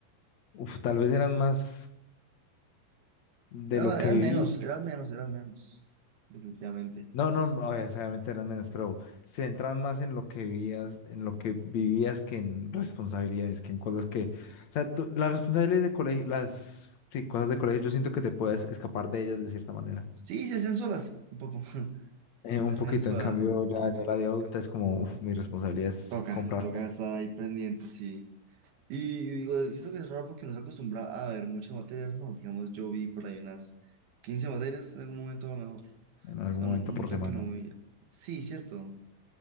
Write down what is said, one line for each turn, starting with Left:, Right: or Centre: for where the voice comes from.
Left: uf, tal vez eran más de
Right: era,
Left: lo que
Right: era
Left: viví.
Right: menos, era menos, era menos, definitivamente.
Left: No, no, obvia- obviamente eran menos, pero se centraban más en lo que vivías, en lo que vivías que en responsabilidades, que en cosas que, o sea, tú- las responsabilidades de colegio, las, sí, cosas de colegio, yo siento que te puedes escapar de ellas de cierta manera.
Right: Sí, se hacen solas, un poco, <laughs>
Left: Eh, un
Right: se hacen
Left: poquito,
Right: solas
Left: en cambio,
Right: un poquito.
Left: ya, ya la vida adulta es como, uf, mi responsabilidad es
Right: Toca,
Left: comprar
Right: toca
Left: co-
Right: estar ahí pendiente, sí. Y digo, siento que es raro porque nos acostumbra a ver muchas materias, ¿no? Digamos, yo vi por ahí unas 15 materias en algún momento a lo mejor.
Left: en algún
Right: Son
Left: momento
Right: un
Left: por
Right: montón
Left: semana.
Right: que uno... ve- Sí, cierto,